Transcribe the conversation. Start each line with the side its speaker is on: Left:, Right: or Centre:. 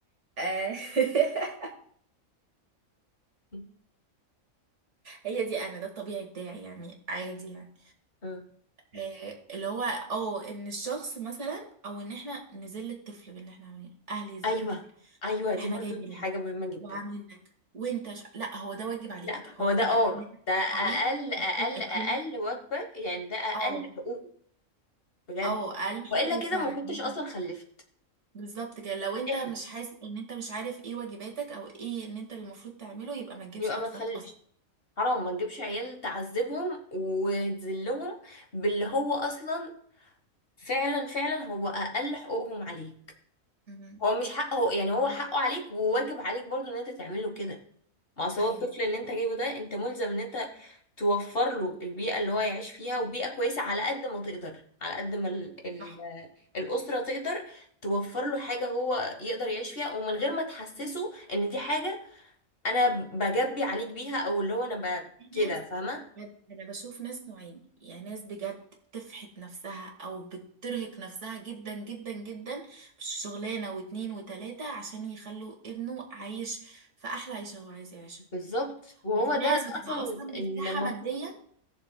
Right: آه. <laughs>
Left: <laughs>
Right: هي دي انا ده الطبيعي بتاعي يعني عادي يعني
Left: آه.
Right: آه، اللي هو اه ان الشخص مثلا او ان احنا نذل الطفل باللي احنا عاملينه اهل يذل
Left: ايوه
Right: الطفل
Left: ايوه دي
Right: احنا
Left: برضو
Right: جايبينك
Left: دي حاجة مهمة جدا
Right: وعاملين لك وانت ش... لا هو ده واجب عليك
Left: لا
Right: هو
Left: هو
Right: واجب
Left: ده اه
Right: عليك ان انت تدوس
Left: ده اقل
Right: عليه
Left: اقل
Right: ان انت تاكله
Left: اقل واجبك يعني ده اقل
Right: اه
Left: حقوقه بجد
Right: اه الحقه
Left: والا
Right: فعلا
Left: كده ما كنتش
Right: انت-
Left: اصلا خلفت
Right: بالظبط كده لو انت
Left: اخر
Right: مش حاسس ان انت مش عارف ايه واجباتك او ايه ان انت اللي المفروض تعمله يبقى ما تجيبش
Left: يبقى
Right: اطفال
Left: ما تخلفش
Right: اصلا
Left: حرام ما نجيبش عيال تعذبهم وتذلهم باللي هو اصلا فعلا فعلا هو اقل حقوقهم عليك
Right: مهم.
Left: هو مش حقه يعني هو
Right: صح
Left: حقه عليك وواجب عليك برضو ان انت تعمله كده ما أصل
Right: ايوه
Left: هو الطفل اللي انت جايبه ده انت ملزم ان انت توفر له البيئة اللي هو يعيش فيها وبيئة كويسة على قد ما تقدر على قد ما ال ال
Right: صح.
Left: الأسرة تقدر توفر له حاجة هو يقدر يعيش فيها ومن غير ما تحسسه ان دي حاجة انا بجبي عليك بيها او اللي هو انا ب-
Right: في
Left: كده
Right: ناس
Left: فاهمة
Right: بجد انا بشوف ناس نوعين يعني ناس بجد بتفحت نفسها او بترهق نفسها جدا جدا جدا مش شغلانه واتنين وتلاته عشان يخلوا ابنه عايش في احلى عيشه هو عايز يعيشها
Left: بالظبط وهو
Right: وفي
Left: ده,
Right: ناس
Left: ده
Right: بتبقى
Left: اصلا
Right: اصلا مرتاحه
Left: المفروض
Right: ماديا